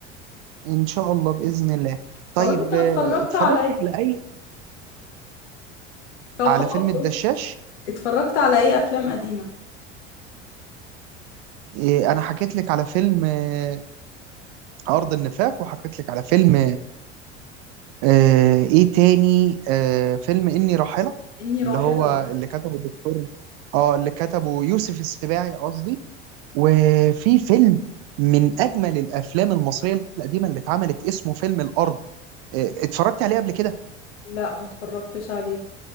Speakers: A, on the right (about 55°); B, on the left (about 80°).
A: ان شاء الله باذن الله طيب
B: طب انت اتفرجت
A: آه، اتفرجتي
B: على ايه
A: على اي
B: طب
A: على
B: خلاص
A: فيلم الدشاش
B: اتفرجت على ايه افلام قديمة
A: آه، انا حكيت لك على فيلم آه، ارض النفاق وحكيت لك على فيلم آه، ايه تاني آه، فيلم اني راحله
B: إني راحلة
A: اللي هو اللي كتبه الدكتور اه اللي كتبه يوسف السباعي قصدي وفي فيلم من اجمل الافلام المصريه القديمه اللي اتعملت اسمه فيلم الارض آه، اتفرجت عليه قبل كده
B: لا ما اتفرجتش عليه